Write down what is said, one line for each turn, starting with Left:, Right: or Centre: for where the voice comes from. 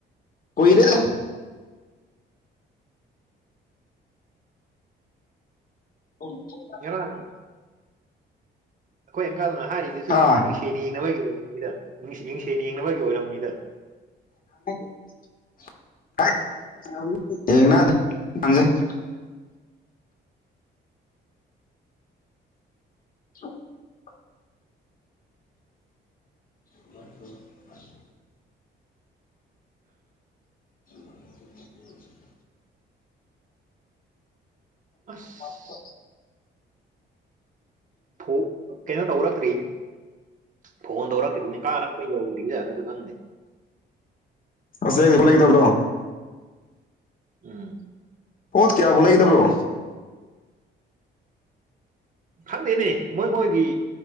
Left: ꯀꯨꯏꯔꯦꯗ ꯎ
Right: ꯉꯔꯥꯡ ꯑꯩꯈꯣꯏ ꯑꯪꯀꯥꯜꯅ ꯍꯥꯏꯔꯤꯗꯨꯁꯨ
Left: ꯍꯥ
Right: ꯃꯤꯡꯁꯦꯟ ꯌꯦꯡꯅꯕꯒꯤ ꯑꯣꯏꯔꯃꯤꯗ ꯃꯤꯡꯁ ꯃꯤꯡꯁꯦꯜ ꯌꯦꯡꯅꯕꯒꯤ ꯑꯣꯏꯔꯝꯃꯤꯗ
Left: <unintelligible> <inaudible> <unintelligible> <inaudible>
Right: ꯑꯁ
Left: ꯍ
Right: ꯍ ꯀꯩꯅꯣ ꯇꯧꯔꯛꯛꯇ ꯔꯔꯤꯅꯤ ꯐꯣꯟ ꯇꯧꯔꯛꯇꯈꯤꯕꯗꯨꯅꯤ ꯀꯥꯔꯛꯄ ꯌꯧꯗ꯭ꯔꯤꯅꯦꯅꯁꯨ ꯈꯪꯗꯦ
Left: ꯍꯁ ꯑꯩꯒꯤ ꯄꯣꯠ ꯂꯩꯒꯗꯕꯗꯣ
Right: ꯎꯝ
Left: ꯄꯣꯠ ꯀꯌꯥꯕꯨ ꯂꯩꯒꯗꯕ꯭ꯔꯣ
Right: ꯈꯪꯗꯦꯅꯦ ꯃꯣꯏ ꯃꯣꯏꯒꯤ